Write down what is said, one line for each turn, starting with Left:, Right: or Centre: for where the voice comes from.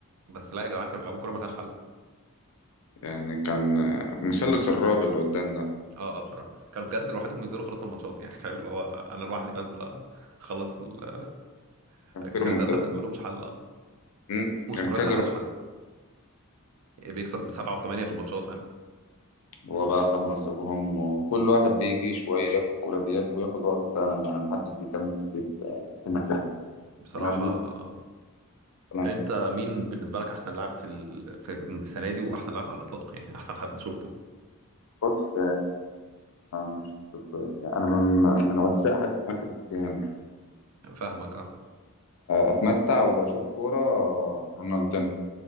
Right: بس لا يا جدعان كانوا بيلعبوا كوره ملهاش حل
Left: يعني كان آه، مثلث الرعب اللي قدام ده
Right: اه اه بصراحه كانوا بجد لوحدهم ينزلوا خلاص الماتشات يعني فاهم اللي هو انا لوحدي بنزل آه، اخلص ال- آه،
Left: كان
Right: كانت
Left: في رومنتادات
Right: قاعده بجد ملهمش حل اه
Left: مم.
Right: وسكورات
Left: كان كذا
Right: ملهاش
Left: رو-
Right: حل يعني بيكسب بسبعه وثمانيه في الماتشات فاهم
Left: هو بقى خد نصيبهم وكل واحد بيجي شويه في الكوره ديت وياخد وقته فعلا يعني محدش بيكمل كتير آه، في مكانه
Right: بصراحه
Left: يعني
Right: آه.
Left: مثلا
Right: انت مين بالنسبه لك احسن لاعب في ال- في السنه دي واحسن لاعب على الاطلاق يعني احسن حد شفته
Left: بص آه، مش يعني انا من من عشاق حاجه اسمها كريستيانو
Right: فاهمك اه
Left: اتمتع واشوف كوره رونالدينو